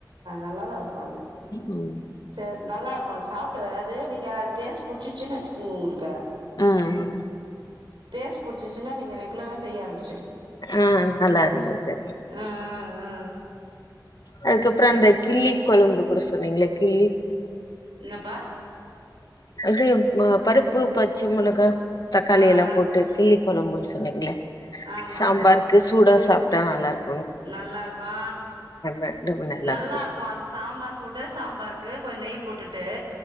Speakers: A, on the right; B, on the left.
A: நல்லா தான் இருக்கோ அது
B: ம்
A: சேர் நல்லா இருக்கோ அது சாப்பிட்டு <unintelligible> அது நீங்க அது டேஸ்ட் புடிச்சு ந இன்னும் உங்களுக்கு
B: ம்
A: டேஸ் போடிச்சுச்சுன்னா நீங்க ரெகு ரெக்குலராக செய்யாரும்
B: ஆஹ நல்லா இருந்தது
A: ஆ ஆ ஆ
B: அதுக்கப்புறம் அந்த கிள்ளி கொலம்பு கூட சொன்னீங்கள கிள்ளி
A: என்னப்பா
B: அது மா பருப்பு பச்ச மிளகா தக்காளி
A: ஆ
B: எல்லாம்
A: ஆ
B: போட்டு கிள்ளி கொழம்புன் சொன்னீங்களா
A: ஆமா
B: சம்பார்க்
A: ஆமா
B: சூடா சாப் ப்டா நல்லா இருக்கு
A: நல்லா இருக்கோ
B: ரெண்டுமே
A: நல்லா
B: இருக்குது
A: இருக்கோ அது சாம்பார் சுட சாம்பார் இருக்கு கொஞ்ச நெய் போட்டுட்டு